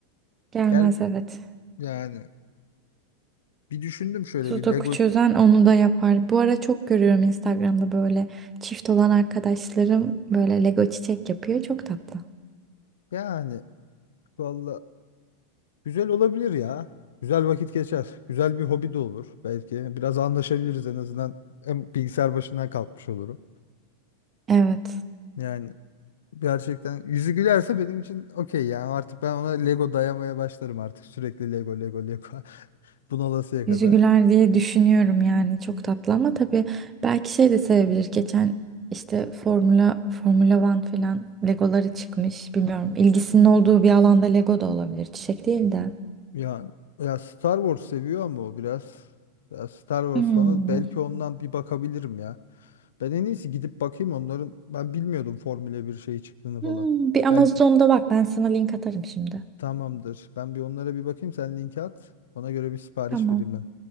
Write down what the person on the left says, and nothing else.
Gel
yani bir düşündüm şöyle
bir Lego.
Yani valla Güzel olabilir ya. Güzel vakit geçer. Güzel bir hobi de olur. Belki biraz anlaşabiliriz en azından. Hem bilgisayar başından kalkmış olurum.
Yani gerçekten yüzü gülerse benim için okey yani artık ben ona Lego dayamaya başlarım artık. Sürekli Lego Lego Lego. <laughs> Bunalasıya kadar.
Yani ya Star Wars seviyor ama o biraz. Ya Star Wars
fanı belki ondan bir bakabilirim ya. Ben en iyisi gidip bakayım onların. Ben bilmiyordum Formula bir şey çıktığını falan.
Belki
Tamamdır. Ben bir onlara bir bakayım. Sen linki at. Ona göre bir sipariş
vereyim ben.